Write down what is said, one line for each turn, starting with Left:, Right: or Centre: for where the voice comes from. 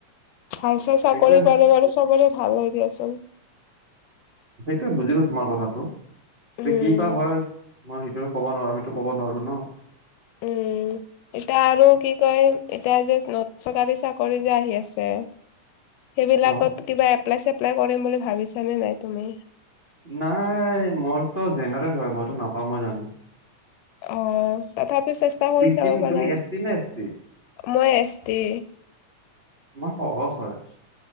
Left: ভাল চাই চাকৰি
Right: সেইটোৱে
Left: পালে বাৰু, চবৰে ভাল হয় দিয়াচোন।
Right: টো বুজিলোঁ তোমাৰ কথাটো।
Left: উম।
Right: তে কি বা হয়? মই সেইটো আৰু ক'ব নোৱাৰোঁ। আমিতো ক'ব নোৱাৰোঁ ন'?
Left: উম। এতিয়া আৰু কি কয়, এতিয়া যে নত- চৰকাৰী চাকৰি যে আহি আছে? সেইবিলাকতো
Right: অ
Left: কিবা এপ্লাই-চেপ্লাই কৰিম বুলি ভাবিছানে নাই তুমি?
Right: নাই, মোৰতো জেনেৰেল হয়। মইতো নাপাম মই জানোঁ।
Left: অহ তথাপি চেষ্টা কৰি চাব
Right: চি
Left: পাৰা।
Right: তুমি এছ টি নে এছ চি
Left: মই এছ টি
Right: ইমান সহজ হয়।